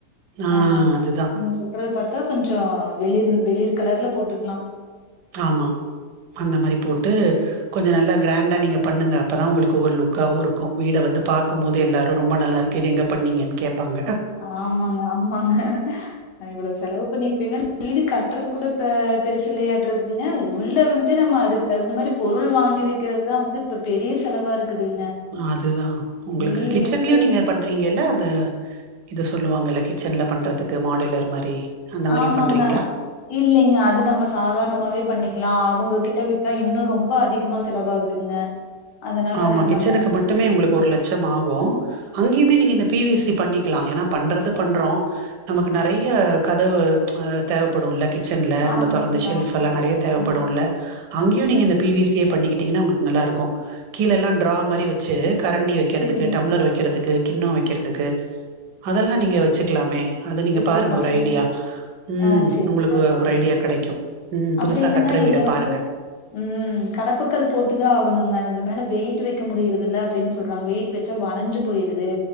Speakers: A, on the right (about 80°); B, on the left (about 85°).
A: ஆ
B: ஆமாங்க
A: அதுதா
B: நீங்க சொல்றத பாத்தா கொஞ்சொ வெளிர் வெளிர் கலர்ல போட்டுக்லா
A: ஆமா அந்த மாரி போட்டு கொஞ்சோ நல்லா க்ராண்டா நீங்க பண்ணுங்க அப்பதா உங்களுக்கு ஒரு லுக்காவு இருக்கு வீட வந்து பாக்குமோது எல்லாரு ரொம்ப நல்லாருக் கிது எங்க பண்ணிங்கன் கேப்பாங்க
B: ஆமாங்க ஆமாங்க நா இவ்வளோ செலவு பண்ணி பின்ன வீடு கட்றது கூட பெ பெருசில்லையாட்ருக்குங்க உள்ள வந்து நம்ம அதுக் தகுந்த மாரி பொருள் வாங்கி வெக்கிறதுதா வந்து இப்ப பெரிய செலவா இருக்குதுங்க
A: அதுதா உங்களுக்கு
B: வீடு
A: கிச்சன்லியு
B: வந்து
A: நீங்க பண்றிங்கல்ல அது இது சொல்லுவாங்கல்ல கிச்சன்ல பண்றதுக்கு மாடுல்லர் மாரி அந்த மாரியு
B: ஆமாங்க
A: பண்றீங்களா
B: இல்லைங்க அது நம்ம சாதார்ணமாவே பண்ணிக்லா அவுங்க கிட்ட விட்டா இன்னு ரொம்ப அதிகமா செலவாகுதுங்க அதனால
A: ஆமா கிச்சனுக்கு
B: நம்ம
A: பட் ட்டுமே உங்களுக்கு ஒரு லட்சம் ஆகு அங்கயுமே நீங்க இந்த பி வி சி பண்ணிக்கலா ஏனா பண்றது பண்றோ நமக்கு நெறைய்யா கதவு அ தேவப்படுல்ல கிச்சன்ல நம்ம
B: ஆமாங்க
A: தொறந்து ஷெல்ஃப்பெல்லா
B: ஆமா ஆமா
A: நெறைய தேவப்படுல்ல
B: ம்
A: அங்கியு நீங்க இந்த பி வி சியே பண்ணிக்கிட்டிங்கனா உங்களுக் நல்லாருக்கு கீழெல்லா ட்ரா மாரி வெச்சி கரண்டி வெக்கிறதுக்கு
B: சரிங்க
A: டம்ளர் வெக்கிறதுக்கு கிண்ணோ வெக்கிறதுக்கு அதெல்லா நீங்க வெச்சுக்லாமே அத நீங்க
B: வச்சுக்கலாம்
A: பாருங்க ஒரு
B: ம்
A: ஐடியா ம்
B: ஆ சரிங்க
A: உங்களுக்கு
B: பாக்குறேன்
A: ஒரு ஐடியா கெடைக்கு ம்
B: அப்புறம்
A: புதுசா
B: என்னன்னா
A: கட்ற
B: இதுல
A: வீட
B: வந்து
A: பாருங்க
B: ம் கடப்புக்கல் போட்டுதா ஆகனுங்க அது மேல வெயிட்டு வெக்க முடியிறதில்ல அப்டின் சொல்றாங்க வெயிட் வெச்சா வளஞ்சு போய்ருது